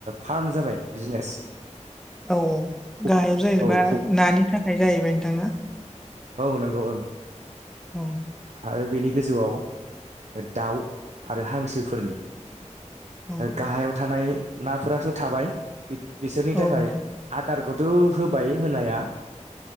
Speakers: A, on the right; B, in the centre.
A: फार्म जाबाय बिजनेस
B: औ औ
A: फुक
B: गाहायाव जाहैबाय
A: औ
B: मा
A: फुक
B: नानि थाखाय जाहैबाय नोंथां
A: औ नंगौ ओं
B: औ
A: आरो बेनि गोजौआव दाउ आरो हांसोफोरनि
B: औ
A: गाहायाव थानाय नाफोराथ' थाबाय बिसोरनि
B: औ
A: थाखाय
B: नोंथां
A: आदारखौथ' होबाय होनाया